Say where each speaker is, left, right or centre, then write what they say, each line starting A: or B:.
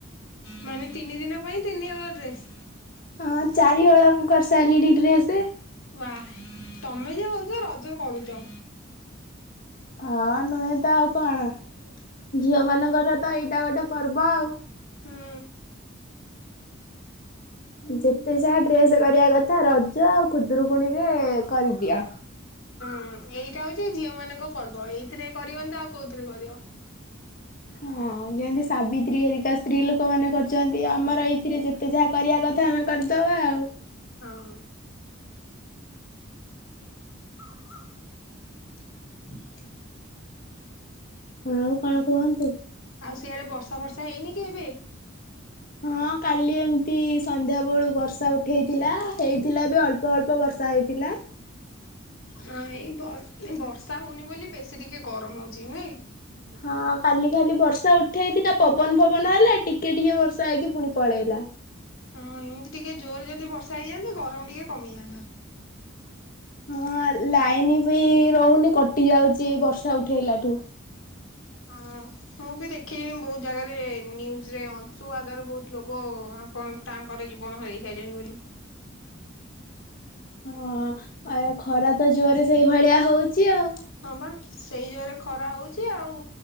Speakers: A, on the left; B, on the left.
A: ମାନେ ତିନି ଦିନ ପାଇଁ ତିନି ହଳ ଡ୍ରେସ୍।
B: ହଁ ଚାରିହଳ ମୁଁ କରିସାରିଲିଣୀ ଡ୍ରେସ।
A: ବାଃ ତମେ ଯ ହଉଛ ରଜ କରୁଛ।
B: ହଁ ନୁହେଁ ତ ଆଉ କଣ ଝିଅ ମାନଙ୍କର ତ ଏଇଟା ଗୋଟେ ପର୍ବ ଆଉ।
A: ହୁଁ
B: ଯେତେ ଯାହା ଡ୍ରେସ କରିବା କଥା ରଜ ଆଉ ଖୁଦରୁକୁଣୀରେ କରିଦିଅ।
A: ହଁ ଏଇଟା ହଉଛି ଝିଅ ମାନଙ୍କ ପର୍ବ ଏଇଥିରେ କରିବନି ଆଉ କୋଉଥିରେ କରିବ।
B: ହଁ ଯେମତି ସାବିତ୍ରୀ ହେରିକା ସ୍ତ୍ରୀ ଲୋକ ମାନେ କ ଛନ୍ତି
A: ହଁ
B: ଆମର ଏଇଥିରେ ଯେତେ ଯାହା। କରିବା କଥା ଆମେ କରିଦବା ଆଉ।
A: ହଁ। କୁହୁ କୁହୁ।
B: ଆଉ କଣ କୁହନ୍ତୁ।
A: ଆଉ ସେଆଡେ ବର୍ଷା ବର୍ଷା ହେଇନି କି ଏବେ।
B: ହଁ କାଲି ଏମିତି ସନ୍ଧ୍ୟା ବେଳୁ ବର୍ଷା ଉଠେଇଥିଲା ହେଇଥିଲା ବି ଅଳ୍ପ ଅଳ୍ପ ବର୍ଷା ହେଇଥିଲା।
A: ହଁ ଏଇ ବ ବର୍ଷା ହଉନି ବୋଲି ବେଶୀ ଟିକେ ଗରମ ହଉଛି ନୁହେଁ
B: ହଁ କାଲି ଖାଲି ବର୍ଷା ଉଠେଇଥିଲା ପବନ ଫବନ ହେଲା ଟିକେ ଟିକେ ବର୍ଷା ହେଇକି ପୁଣି ପଳେଇଲା
A: ହଁ ଏମିତି ଟିକେ ଜୋରରେ ଯଦି ବର୍ଷା ହେଇଯାଆନ୍ତା ଗରମ ଟିକେ କମିଯାଆନ୍ତା
B: ହଁ ଲାଇନ ବି ରହୁନି କଟି ଯାଉଛି ବର୍ଷା ଉଠେଇଲାଠୁ
A: ହଁ ମୁଁ ବି ଦେଖିଲିଣି ବହୁତ ଜାଗାରେ ନ୍ୟୁଜରେ ଅଂଶୁଘାତର ବହୁତ ଲୋକ ଆପଣ ତାଙ୍କର ଜୀବନ ହରାଇ ସାରିଲେଣି ବୋଲି
B: ହଁ ଆ ଖରା ତ ଜୋରେ ସେଇଭଳିଆ ହଉଛି ଆଉ।
A: ହଁ ବା ସେଇ ଜୋରେ ଖରା ହଉଛି ଛି ଆଉ